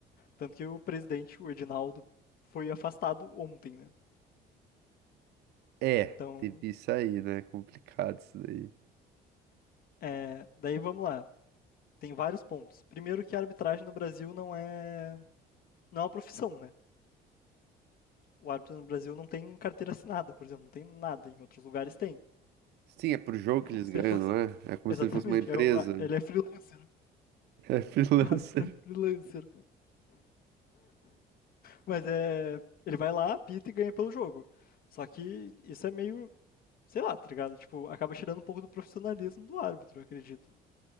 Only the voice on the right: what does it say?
É,
teve isso aí, né? Complicado isso daí.
Sim, é por jogo
que
eles
ganham,
não é? É como
se ele fosse uma empresa.
É freelancer.